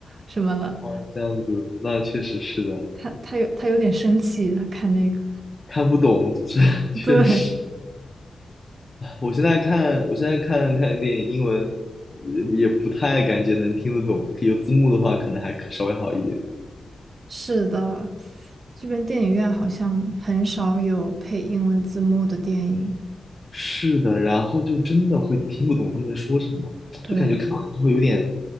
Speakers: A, on the right; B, on the left.
A: 什么了，
B: 哦，这样子，那确实是的，
A: 他他有他有点生气，他看那个，
B: 看不懂就是 <laughs>
A: <laughs>
B: 确实。
A: 对，
B: 我现在看，我现在看看电影，英文也也不太感觉能听得懂，有字幕的话可能还可稍微好一点。
A: 是的，这边电影院好像很少有配英文字幕的电影，
B: 是的，然后就真的会听不懂他们在说什么，
A: 对
B: 就感觉看完之后有点